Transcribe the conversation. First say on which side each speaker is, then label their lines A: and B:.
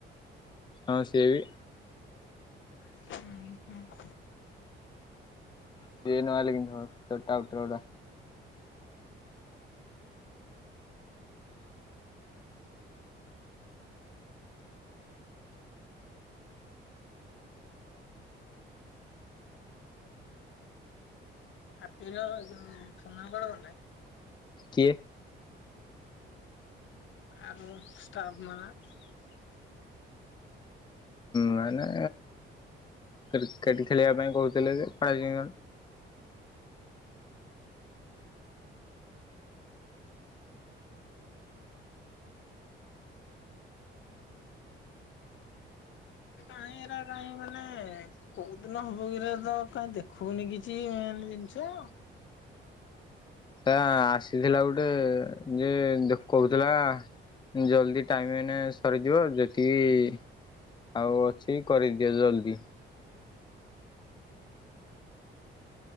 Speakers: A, on the left; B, on the left.
A: ହଁ ସିଏ ବି
B: ହଁ ହଁ
A: ସିଏ ନ ଆଇଲେ କେମିତି ହବ ସବୁ ଟାଉଟର୍ ଗୁଡା
B: ହାପିର ଯୋଉ ସୁନାଗୋଳ ଗଲେ
A: କିଏ
B: <unintelligible>
A: ମାନେ କ୍ରିକେଟ ଖେଳିବା ପାଇଁ କହୁଥିଲେ ଯେ <unintelligible>
B: କାଇଁ ଏରା କାହିଁ ମାନେ କୋଉ ଦିନ ହବ କିରା ତ କାଇହିଁ ଦେଖୁନି କିଛି ମେନ୍ ଜିନିଷ
A: ହେ ଆସିଥିଲା ଗୋଟେ ଯେ ଦେଖଉଥିଲା ଜଲ୍ଦି ଟାଇମ ମାନେ ସରିଯିବ ଯେତିକି ଆଉ ଅଛି କରିଦିଅ ଜଲ୍ଦି